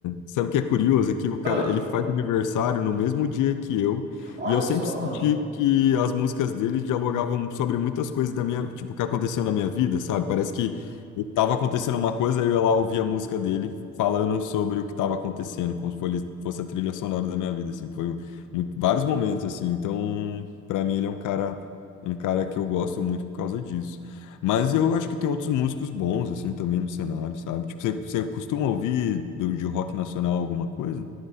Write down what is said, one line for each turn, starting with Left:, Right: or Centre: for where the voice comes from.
Left: sabe que é curioso? É que o cara,
Right: Ah,
Left: ele faz aniversário no mesmo dia que eu,
Right: olha
Left: e eu sempre
Right: só.
Left: senti que as músicas dele dialogavam sobre muitas coisas da minha, tipo, que aconteceu na minha vida, sabe? Parece que eu tava acontecendo uma coisa, aí eu ia lá ouvia a música dele falando sobre o que tava acontecendo, como se fosse fosse a trilha sonora da minha vida, assim, foi um- muito- vários momentos, assim. Então, pra mim, ele é um cara, um cara que eu gosto muito por causa disso. Mas eu acho que tem outros músicos bons, assim, também no cenário, sabe? Tipo, você, você costuma ouvir do- de rock nacional alguma coisa?